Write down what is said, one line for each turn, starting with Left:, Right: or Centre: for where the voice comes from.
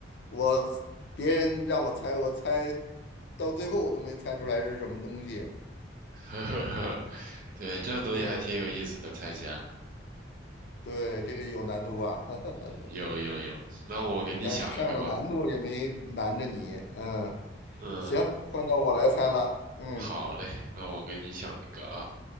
Left: 我别人让我猜，我猜到最后我都没猜出来这是什么东西。
Right: <laughs> 呵呵呵，对，这个东西还挺有意思的，
Left: 嗯，
Right: 猜起来。
Left: 对，这个有难度吧？<laughs>
Right: 嗯，有有有，那我给你想一个吧。
Left: 但是上了难度也没难着你，嗯，
Right: 嗯，
Left: 行，换到我来猜了，嗯
Right: 好嘞，那我给你想一个啊，